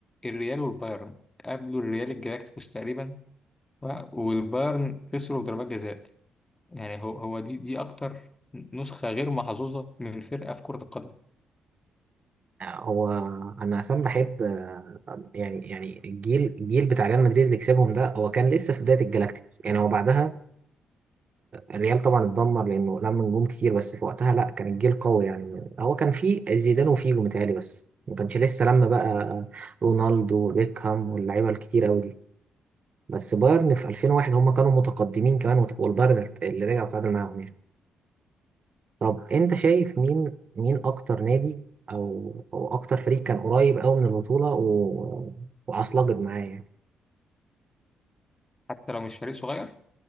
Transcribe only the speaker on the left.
الريال والبايرن قابلوا الريال الجالاكتيكوس تقريبا و- والبايرن خسروا بضربات جزاء يعني هو هو دي دي أكتر نسخة غير محظوظة من فرقة في كرة القدم
حتى لو مش فريق صغير